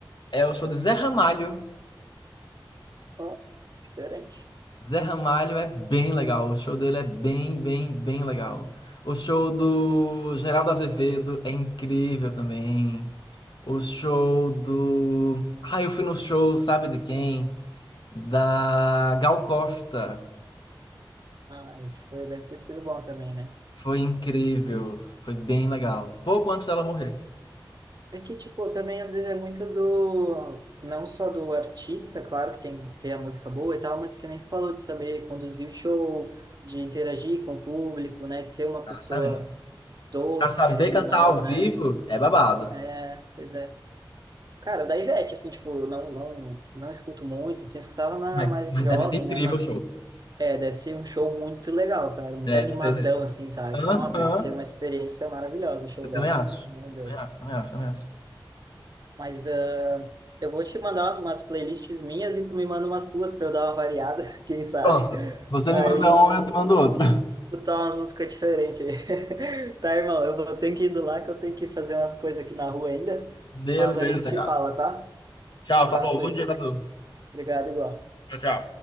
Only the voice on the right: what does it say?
Ó, diferente.
Ah, isso foi, deve ter sido bom também, né?
É que, tipo, também às vezes é muito do... Não só do artista, claro que tem que ter a música boa e tal, mas que nem tu falou de saber conduzir o show, de interagir com o público, né? De ser uma pessoa
doce,
querendo
ou não,
né?
É, pois é. Cara, da Ivete, assim, tipo, não, não, não escuto muito, assim, escutava na
mais
jovem,
né? Mas
é, deve ser um show muito legal, cara, muito
animadão,
assim, sabe?
Nossa, deve ser uma experiência maravilhosa o show
dela.
Meu Deus.
Mas ah, eu vou te mandar umas, umas playlists minhas e tu me manda umas tuas pra eu dar uma variada, <laughs> quem sabe?
Aí
eu
eu tá umas músicas diferentes. aí. <laughs> Tá, irmão, eu vou ter que ir do lá que eu tenho que fazer umas coisas aqui na rua ainda,
mas a gente se
fala, tá?
Um abraço
aí.
Obrigado, igual.